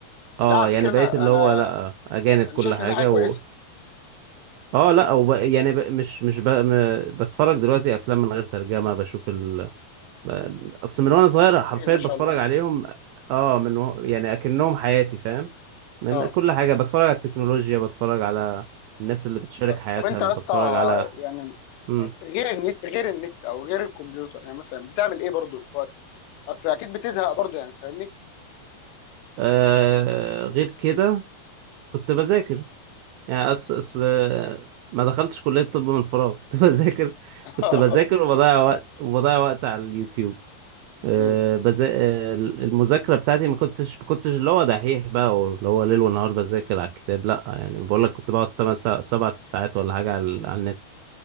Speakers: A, on the right; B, on the left.
A: اه
B: لا على فكره
A: يعني بقيت
B: انا
A: اللي
B: انا
A: هو لأ أجانب
B: انا
A: كل
B: شايف
A: حاجة
B: ان دي حاجه كويسه
A: و اه لأ وب... يعني ب... مش مش ب... م... بتفرج دلوقتي أفلام من غير ترجمة بشوف ال ب- أصل من وأنا صغير
B: جميل
A: حرفيا
B: ما
A: بتفرج
B: شاء الله
A: عليهم اه من و... يعني أكنهم حياتي فاهم من
B: اه
A: كل حاجة بتفرج على التكنولوجيا بتفرج على الناس اللي بتشارك
B: آه،
A: حياتها
B: طب انت
A: بتفرج
B: يا اسطى
A: على
B: يعني
A: مم.
B: غير النت غير النت او غير الكمبيوتر يعني مثلا بتعمل ايه برضه في وقت اصل اكيد بتزهق برضه يعني فاهمني
A: آه غير كده كنت بذاكر يعني أص... أصل ما دخلتش كلية طب من فراغ <laughs> كنت بذاكر
B: <laughs>
A: كنت بذاكر وبضيع وقت وبضيع وقت على اليوتيوب أه
B: امم
A: بزا... آه، المذاكرة بتاعتي ما كنتش ما كنتش اللي هو دحيح بقى واللي هو ليل ونهار بذاكر على الكتاب لا يعني بقول لك كنت بقعد 8 سا... 7 ساعات ولا حاجة على, على النت